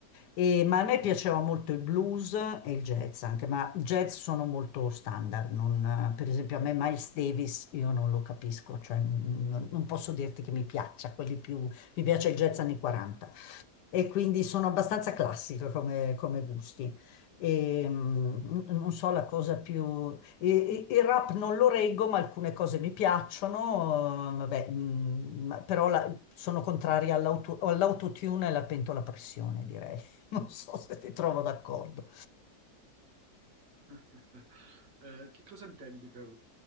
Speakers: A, on the left (about 80°); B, on the right (about 85°).
A: E- ma a me piaceva molto il blues e il jazz anche, ma jazz sono molto standard, non- per esempio a me Miles Davis io non lo capisco, cioè non, non posso dirti che mi piaccia, quelli più, mi piace il jazz anni 40 e quindi sono abbastanza classica come, come gusti. E, mm, non so la cosa più... e- e- il rap non lo reggo, ma alcune cose mi piacciono, eh, vabbè, mm, ma- però la- sono contraria all'auto- all'autotune e alla pentola a pressione, direi. <laughs> Non so se ti trovo d'accordo.
B: <laughs> Eh, che cosa intendi per,